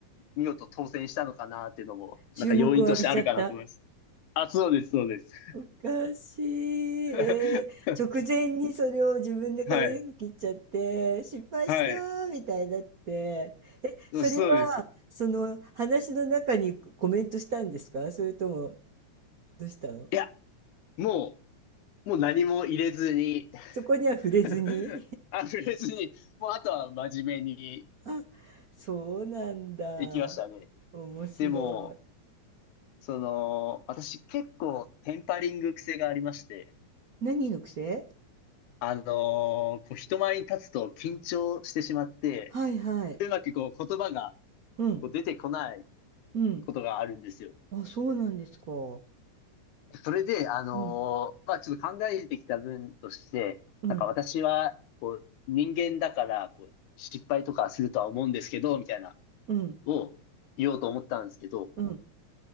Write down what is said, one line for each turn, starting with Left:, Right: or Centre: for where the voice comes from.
Left: 見事当選したのかなっていうのも、
Right: 注目を浴びちゃった。
Left: なんか要因としてあるかなと思います。あ、そうです、そうです。
Right: おかしい。えー、
Left: <laughs>
Right: 直前にそれを自分で髪の毛切っちゃって、
Left: はい、
Right: 失敗したーみたいになって、
Left: はい、
Right: それは、
Left: そうです。
Right: その話の中にコメントしたんですかそれとも、どうしたの
Left: いや、もう、もう何も入れずに
Right: そこには触れずに
Left: <laughs> あ、触れずに、もうあとは真面目に
Right: <laughs> あ、そうなんだ。
Left: 行きましたね。
Right: 面白い。
Left: でも、その、私結構テンパリング癖がありまして、
Right: 何の癖
Left: あのーこう人前に立つと緊張してしまって、
Right: はいはい。
Left: うまくこう言葉が
Right: うん、
Left: こう出てこない
Right: うん。
Left: ことがあるんですよ。
Right: あ、そうなんですか。う
Left: それで、あのーまあちょっと考えてきた分として、
Right: ん、うん、
Left: なんか私はこう人間だからこう失敗とかするとは思うんですけど、みたいな
Right: うん、
Left: を言おうと思ったんですけど、
Right: うん、